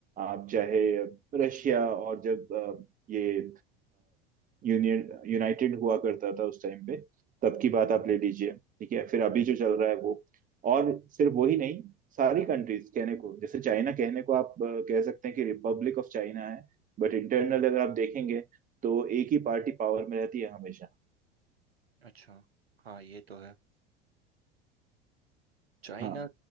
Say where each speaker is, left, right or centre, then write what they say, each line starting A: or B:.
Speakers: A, on the right (about 25°); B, on the right (about 85°).
A: आप चाहे रशिया और जब अ, ये यूनियन यूनाइटेड हुआ करता था उस टाइम पे तब की बात आप ले लीजिए ठीक है फिर अभी जो चल रहा है वो और सिर्फ वही नहीं सारी कंट्रीज कहने को जैसे चाइना कहने को आप अ, कह सकते हैं कि रिपब्लिक ऑफ चाइना है बट इंटरनल अगर आप देखेंगे तो एक ही पार्टी पावर में रहती है हमेशा
B: अच्छा हाँ ये तो है चाइना
A: हाँ